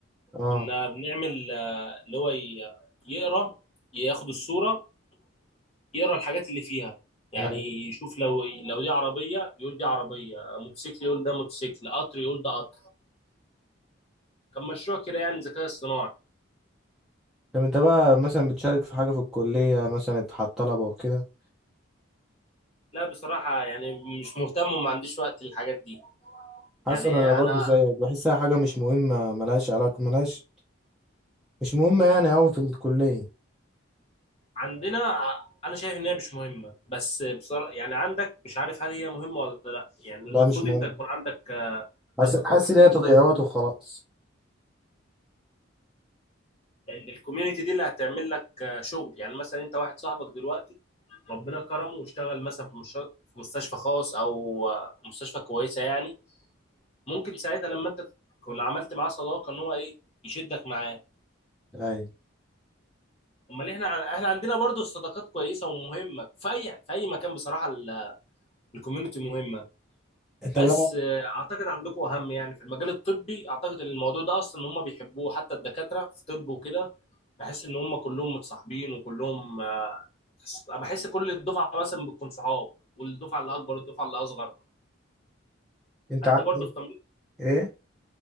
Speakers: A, in the centre; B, on the left.
A: اه
B: كنا بنعمل آه، اللي هو ي- يقرا ياخد الصورة يقرا الحاجات اللي فيها يعني
A: يعني
B: يشوف لو لو دي عربية يقول دي عربية موتوسيكل يقول ده موتوسيكل قطر يقول ده قطر كان مشروع كده يعني ذكاء اصطناعي
A: طب أنت بقى مثلا بتشارك في حاجة في الكلية مثلا اتحط طلبة وكده
B: لا بصراحة يعني مش مهتم وما عنديش وقت للحاجات دي
A: حسن
B: يعني
A: انا برضو
B: انا
A: زيك بحسها حاجه مش مهمه ملهاش علاقه ملهاش مش مهمه يعني أوي في الكليه
B: عندنا ع- انا شايف ان هي مش مهمه بس بصراحه يعني عندك مش عارف هل هي مهمه ولا لا يعني المفروض
A: لا مش مهم
B: انت يكون عندك آه،
A: حاسس
B: اصدقاء
A: حاسس
B: كتير
A: ان هي تضييع
B: وكتير،
A: وقت وخلاص
B: لان الكوميونتي دي اللي هتعمل لك آه، شغل يعني مثلا انت واحد صاحبك دلوقتي ربنا كرمه واشتغل مثلا في مش- في مستشفى خاص او آه، مستشفى كويسه يعني ممكن ساعتها لما انت تكون عملت معاه صداقه ان هو ايه يشدك معاه
A: ايوه
B: امال احنا ع- احنا عندنا برضو الصداقات كويسه ومهمه في اي في اي مكان بصراحه ال- الكوميونتي مهمه
A: انت
B: بس
A: بقى
B: آه، اعتقد عندكم اهم يعني في المجال الطبي اعتقد ان الموضوع ده اصلا هم بيحبوه حتى الدكاتره في طب وكده بحس ان هم كلهم متصاحبين وكلهم آه، بحس كل الدفعه مثلا بتكون صحاب والدفعه اللي اكبر والدفعه اللي اصغر
A: انت
B: هل
A: عندك
B: ده برضو في تمريض
A: ايه